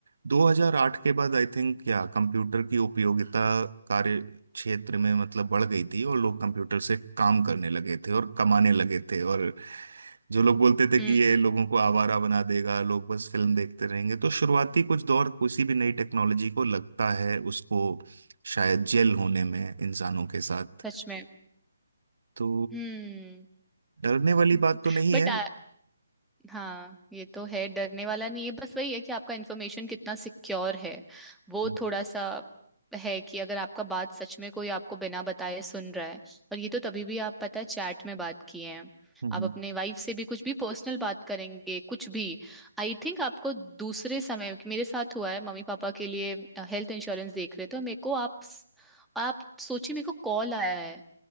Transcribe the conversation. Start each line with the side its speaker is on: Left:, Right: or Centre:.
Right: 2008 के बाद आई थिंक क्या कंप्यूटर की उपयोगिता कार्य क्षेत्र में मतलब बढ़ गई थी और लोग कंप्यूटर से काम करने लगे थे और कमाने लगे थे और जो लोग बोलते थे
Centre: हम्म,
Right: कि ये लोगों को आवारा बना देगा लोग बस फिल्म देखते रहेंगे तो शुरुआती कुछ दौर किसी भी नई टेक्नोलॉजी को लगता है उसको शायद जेल होने में इंसानों के साथ
Centre: सच में
Right: तो
Centre: हम्म
Right: डरने
Centre: <laughs>
Right: वाली बात तो नहीं
Centre: बट
Right: है
Centre: हाँ ये तो है डरने वाला नहीं है बस वही है कि आपका इन्फॉर्मेशन कितना सिक्योर है वो
Right: हम्म,
Centre: थोड़ा सा है कि अगर आपका बात सच में कोई आपको बिना बताए सुन रहा है और ये तो तभी भी आप पता है चैट में बात किए हैं
Right: हम्म,
Centre: आप अपने वाइफ से भी कुछ भी पर्सनल बात करेंगे कुछ भी आई थिंक आपको दूसरे समय मेरे साथ हुआ है मम्मी पापा के लिए हेल्थ इंश्योरेंस देख रहे थे और मेरे को आप आप सोचिए मेरे को कॉल आया है